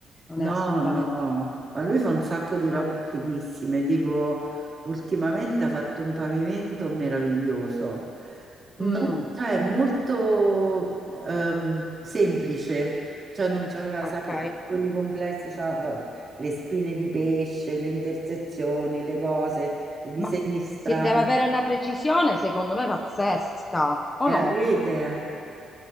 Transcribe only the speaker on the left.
Non
è assolutamente.
Ah,
mm,
ok.
Ma
si deve avere una precisione, secondo me, pazzesca, o
no?